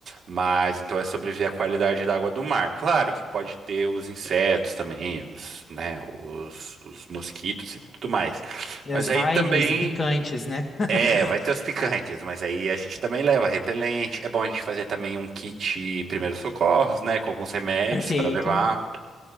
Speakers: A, on the right (about 45°); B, on the left (about 30°).
A: Mas então é sobre ver a qualidade da água do mar. Claro que pode ter os insetos também, os, né? Os, os mosquitos e tudo mais.
B: E
A: Mas
B: as
A: aí
B: vibes
A: também.
B: e picantes, né? <laughs>
A: É, vai ter os picantes, mas aí a gente também leva repelente. É bom a gente fazer também um kit primeiros socorros, né? Com alguns remédios
B: Perfeito.
A: para levar.